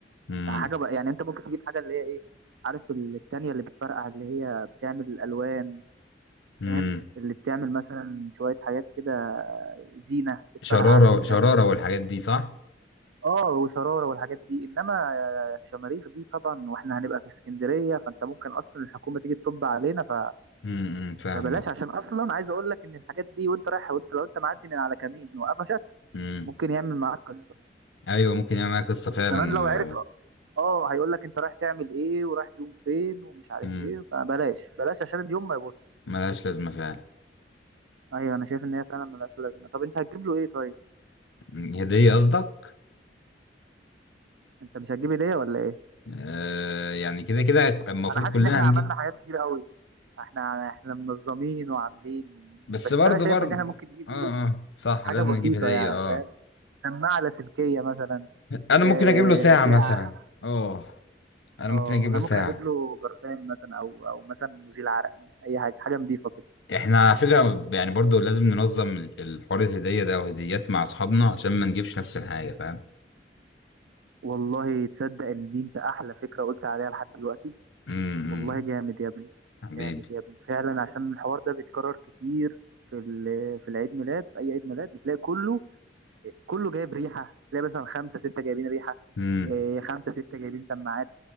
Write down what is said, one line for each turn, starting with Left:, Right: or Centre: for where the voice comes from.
Left: امم
Right: ده حاجه بقى يعني انت ممكن تجيب حاجه اللي هي ايه عارف التانية اللي بتفرقع اللي هي بتعمل الألوان
Left: امم
Right: فاهم اللي بتعمل مثلا شوية حاجات كده زينة بتفرقع
Left: شرارة
Right: زينة
Left: شرارة والحاجات دي صح؟
Right: اه وشرارة والحاجات دي انما شماريخ دي طبعا واحنا هنبقى في اسكندرية فانت ممكن اصلا الحكومة تيجي تطب علينا ف...
Left: امم فاهمك
Right: فبلاش عشان اصلا عايز اقول لك ان الحاجات دي وانت رايح وانت لو انت معدي من على كمين وقفشك
Left: امم
Right: ممكن يعمل معاك قصة
Left: ايوه ممكن يعمل معايا قصة
Right: وكمان
Left: فعلا
Right: لو
Left: و
Right: عرف اه هيقول لك انت رايح تعمل ايه ورايح يوم فين ومش عارف
Left: امم
Right: ايه فبلاش بلاش عشان اليوم ما يبص
Left: ملهاش لازمة فعلا
Right: ايوه انا شايف ان هي فعلا ملهاش لازمه طب انت هتجيب له ايه طيب
Left: مم. هدية قصدك؟
Right: انت مش هتجيب هديه ولا ايه
Left: آه يعني كده كده المفروض
Right: انا حاسس
Left: كلنا
Right: ان احنا
Left: هنجيب
Right: عملنا حاجات كتير قوي احنا احنا منظمين وعاملين
Left: بس
Right: بس
Left: برضه
Right: انا شايف
Left: برضه
Right: ان احنا ممكن نجيب
Left: اه
Right: ايه
Left: اه صح
Right: حاجه
Left: لازم
Right: بسيطه
Left: نجيب هدية
Right: يعني
Left: اه
Right: فاهم سماعه لاسلكيه مثلا
Left: انا
Right: آه
Left: ممكن اجيب له ساعة
Right: ساعه
Left: مثلا اه انا
Right: اه
Left: ممكن اجيب له
Right: انا
Left: ساعة
Right: ممكن اجيب له برفان مثلا او او مثلا مزيل عرق مثلا اي حاجه حاجه نظيفه كده
Left: احنا على فكرة يعني برضه لازم ننظم الحوار الهدية ده وهديات مع اصحابنا عشان ما نجيبش نفس الحاجة فاهم؟
Right: والله تصدق ان دي انت احلى فكره قلت عليها لحد دلوقتي
Left: امم
Right: والله جامد يا ابني
Left: حبيبي
Right: جامد يا ابني فعلا عشان الحوار ده بيتكرر كتير في ال- في العيد ميلاد في اي عيد ميلاد بتلاقي كله كله جايب ريحه تلاقي مثلا خمسه سته جايبين ريحه
Left: امم
Right: إيه، خمسه سته جايبين سماعات